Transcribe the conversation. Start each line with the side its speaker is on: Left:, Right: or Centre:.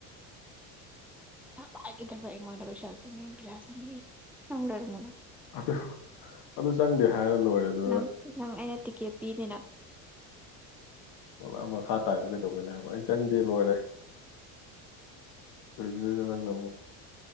Centre: ꯁꯐꯒꯤ ꯇ ꯄꯕꯤꯁꯥꯤ ꯄꯕꯤꯁꯥ ꯆꯤ ꯅꯔ ꯃꯅ
Left: ꯑ ꯑꯗꯨ ꯑꯗꯨ ꯆꯪꯗ ꯍꯔ ꯂꯣꯏꯦ ꯑꯗꯨ
Centre: ꯅꯪ ꯅꯪ ꯑꯩꯅ ꯇꯤꯛꯀꯦꯠ ꯄꯤꯅꯤ ꯅꯪ
Left: ꯑꯣꯂ ꯃꯈꯥ ꯇꯥꯏꯗ ꯀꯩꯗꯧꯒꯅꯦ ꯍꯥꯏꯕ ꯑꯩ ꯆꯪꯗꯦ ꯂꯣꯏꯔꯦ ꯏ ꯏꯅꯣ